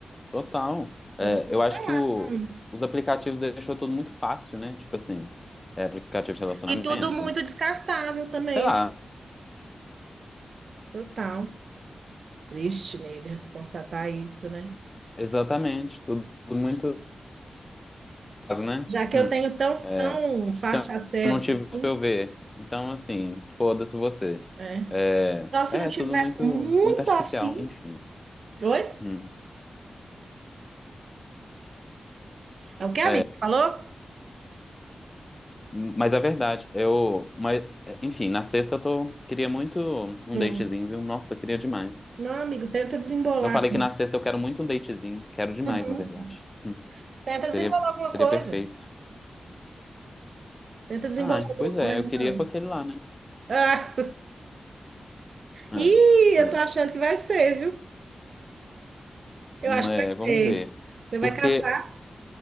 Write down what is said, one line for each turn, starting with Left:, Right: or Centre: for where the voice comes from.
Left: total.
Right: Então,
Left: É,
Right: Depois
Left: eu acho
Right: tá lá.
Left: que o,
Right: Hum.
Left: os aplicativos deixou tudo muito fácil, né? Tipo assim, é, aplicativo de relacionamento.
Right: E tudo muito descartável também,
Left: Sei lá.
Right: Total. Triste, nega, constatar isso, né?
Left: Exatamente. Tudo muito. né?
Right: Já que
Left: Hum.
Right: eu tenho tão,
Left: É,
Right: tão fácil
Left: então,
Right: acesso
Left: eu não tive
Right: assim,
Left: pra eu ver. Então, assim, foda-se você.
Right: é.
Left: É,
Right: Só se
Left: é
Right: não tiver
Left: tudo muito,
Right: muito
Left: muito artificial,
Right: afim.
Left: enfim.
Right: Oi?
Left: Hum.
Right: É o que, amigo?
Left: É,
Right: Você falou?
Left: mas é verdade. Eu, mas, é, enfim, na sexta eu tô, queria muito um
Right: Hum.
Left: datezinho, viu? Nossa, queria demais.
Right: Não, amigo, tenta desembolar.
Left: Eu falei que na sexta eu quero muito um datezinho. Quero demais,
Right: Uhum.
Left: na verdade. Hum.
Right: Tenta
Left: Seria,
Right: desembolar alguma
Left: seria
Right: coisa.
Left: perfeito.
Right: Tenta desembolar
Left: Ah,
Right: alguma
Left: pois
Right: coisa,
Left: é, eu queria
Right: não.
Left: com aquele lá, né?
Right: Ah,
Left: É,
Right: ih, eu
Left: é.
Right: tô achando que vai ser, viu? Eu
Left: Hum,
Right: acho
Left: É,
Right: que vai
Left: vamos
Right: ser.
Left: ver.
Right: Você
Left: Porque
Right: vai caçar?